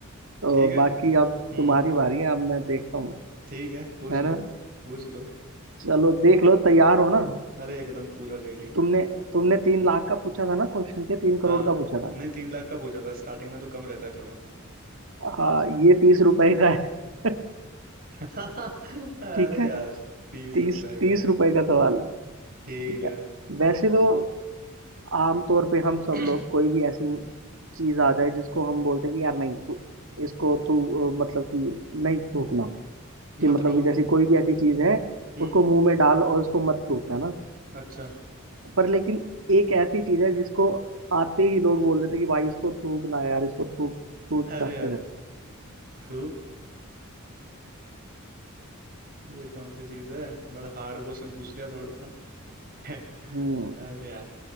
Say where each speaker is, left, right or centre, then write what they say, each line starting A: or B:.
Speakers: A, on the right (about 65°); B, on the right (about 45°).
A: तो
B: ठीक है
A: बाकी अब
B: हम्म
A: तुम्हारी बारी है अब मैं देखता हूँ
B: ठीक है पूछ
A: है
B: लो
A: ना
B: पूछ लो
A: चलो देख लो तैयार हो ना
B: अरे एकदम पूरा रेडी
A: तुमने तुमने तीन लाख का पूछा था ना क्वेश्चन के तीन
B: हाँ
A: करोड़ का पूछा था
B: नहीं तीन लाख का पूछा था स्टार्टिंग में तो कम रहता है थोड़ा
A: हाँ ये तीस रुपए का है <laughs>
B: <laughs> अरे
A: ठीक है
B: यार तीस
A: तीस
B: रुपए
A: तीस
B: का
A: रुपए का सवाल
B: ठीक
A: ठीक
B: है
A: है वैसे तो आमतौर पे हम सब
B: <clears throat>
A: लोग कोई भी ऐसी चीज आ जाए जिसको हम बोलते हैं कि यार नहीं तू इसको तू अ, मतलब कि नहीं थूकना कि
B: मत
A: मतलब
B: रोक
A: कि जैसे कोई भी ऐसी चीज है
B: हम्म
A: उसको मुंह में डाल और उसको मत थूक है ना
B: अच्छा
A: पर लेकिन एक ऐसी चीज है जिसको आते ही लोग बोल देते हैं कि भाई इसको थूक ना यार इसको थूक थूक
B: अरे
A: रास्ते
B: यार
A: कर
B: थू ये कौन सी चीज है बड़ा हार्ड क्वेश्चन पूछ लिया थोड़ा सा <laughs>
A: हम्म
B: अरे यार